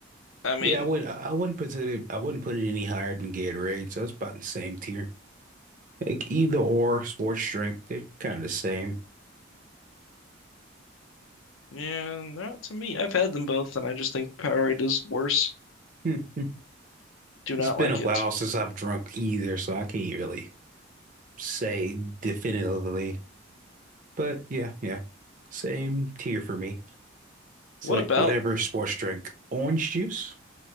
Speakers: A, on the left; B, on the right.
A: I mean,
B: Yeah, I would. I wouldn't put it. I wouldn't put it any higher than Gatorade. So it's about the same tier. Like either or sports drink, they're kind of the same. <laughs>
A: yeah, not to me. I've had them both, and I just think Powerade is worse.
B: Hmm, hmm.
A: Do
B: It's
A: not
B: been
A: like
B: a while
A: it.
B: since I've drunk either, so I can't really say definitively. But yeah, yeah, same tier for me. It's
A: What
B: like
A: about?
B: whatever sports drink. Orange juice?